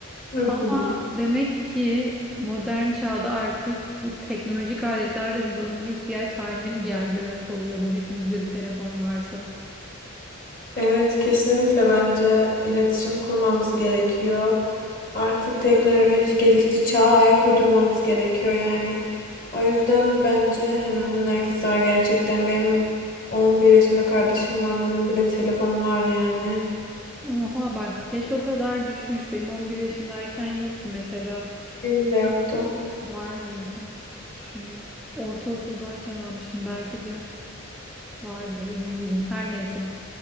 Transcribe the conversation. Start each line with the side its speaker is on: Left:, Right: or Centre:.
Left: Hı
Centre: Ama
Left: hı.
Centre: demek ki modern çağda artık bu teknolojik aletler de bir zorunlu ihtiyaç haline mi geldi demek oluyor bu hepimizde bir telefon varsa.
Left: Evet, kesinlikle bence iletişim kurmamız gerekiyor. Artık teknoloji gelişti, çağa ayak uydurmamız gerekiyor yani. O yüzden bence hemen hemen herkes var gerçekten. Benim 11 yaşında kardeşim var, onun bile telefonu var yani.
Centre: Oha bak yaş o kadar düşmüş. Benim 11 yaşındayken yoktu mesela.
Left: Benim de yoktu.
Centre: Var mıydı? Düşüneyim. Ortaokuldayken almıştım belki de vardır emin değilim. Her neyse.